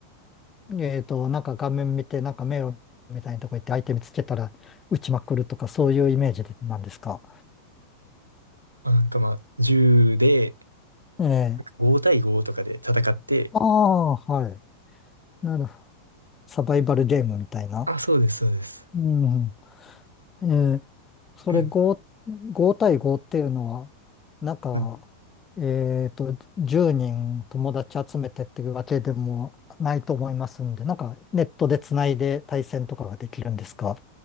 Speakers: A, on the left (about 20°); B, on the right (about 80°).
A: えっと、なんか画面見て、なんか迷路みたいなとこ行って相手見つけたら撃ちまくるとか、そういうイメージでなんですか
B: なんかまあ、銃で
A: ええ
B: な5対5とかで戦って、
A: ああはい。なるほど。サバイバルゲームみたいな。
B: あ、そうです、そうです。
A: うん。えーそれ5、
B: うん
A: 5対5っていうのは、なんか、
B: はい
A: えっと、10人友達集めてっていうわけでもないと思いますんで、なんかネットでつないで対戦とかができるんですか